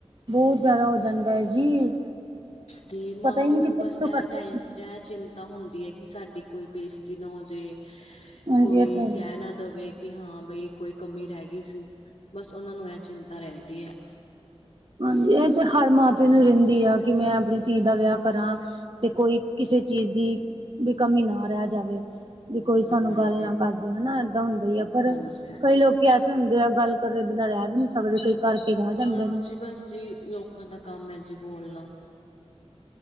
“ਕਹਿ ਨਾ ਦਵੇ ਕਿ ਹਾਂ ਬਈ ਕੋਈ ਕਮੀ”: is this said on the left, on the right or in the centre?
Left